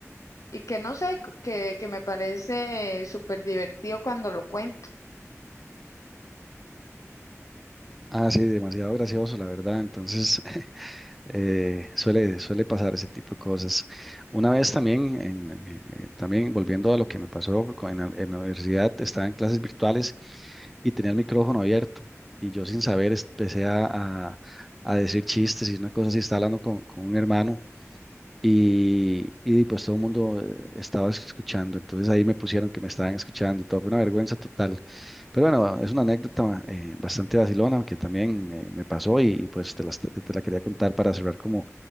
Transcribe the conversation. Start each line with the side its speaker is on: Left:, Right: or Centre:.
Left: Y que no sé, c- que, que me parece súper divertido cuando lo cuento.
Centre: Ah, sí, demasiado gracioso, la verdad, entonces <laughs> Eh, suele, suele pasar ese tipo de cosas. Una vez también, en, eh, también volviendo a lo que me pasó con- en la, en la universidad, estaba en clases virtuales y tenía el micrófono abierto y yo sin saber empecé a, a- a decir chistes y una cosa así, estaba hablando con, con un hermano y, y pues todo el mundo eh, estaba escuchando, entonces ahí me pusieron que me estaban escuchando y todo, fue una vergüenza total. Pero bueno, es una anécdota eh, bastante vacilona que también eh, me pasó y, y, pues te, las- te la quería contar para cerrar como,